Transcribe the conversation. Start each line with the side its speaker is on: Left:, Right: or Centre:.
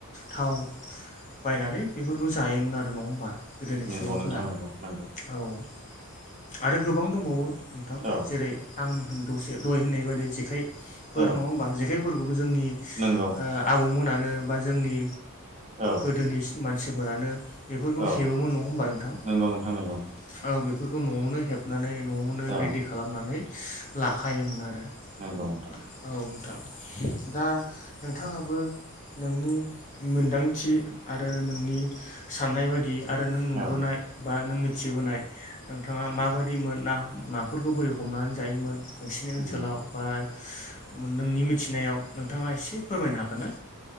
Left: थाव। बायनानै बेफोरखौ जायोमोन आरो नङा होमबा गोदोनि
Right: नंगौ
Left: सुबुंफोरा
Right: नोंथां नंगौ नंगौ
Left: औ। आरो गोबां दंबावो नोंथां
Right: औ
Left: जेरै आं दसे दहाय होननाय बायदि जेखाइ फोर
Right: औ
Left: नङा होमबा जेखायफोरखौबो जोंनि ओ
Right: नंगौ
Left: आबौमोनानो बा जोंनि
Right: औ
Left: गोदोनि मानसिफोरानो बेफोरखौ
Right: औ
Left: हेबोमोन नङा' होमबा नोंथां औ
Right: नंगौ नोंथां नंगौ
Left: बेफोरखौ न'आवनो हेबनानै न'आवनो
Right: औ
Left: रेडि खालामनानै लाखायोमोन आरो। औ
Right: नंगौ नोंथां
Left: नोंथां दा नोंथाङाबो नोंनि मोनदांथि आरो नोंनि साननाय बादि आरो नों नुबोनाय‌‌
Right: औ
Left: बा नों मिथिबोनाय नोंथाङा माबायदि मोन ना नाफोरखौ बोरै हमनानै जायोमोन नोंसोनि ओनसोलाव
Right: उम
Left: बा नोंनि मिथ मोनथिनायाव नोंथाङा एसे फोरमायनो हागोन ना।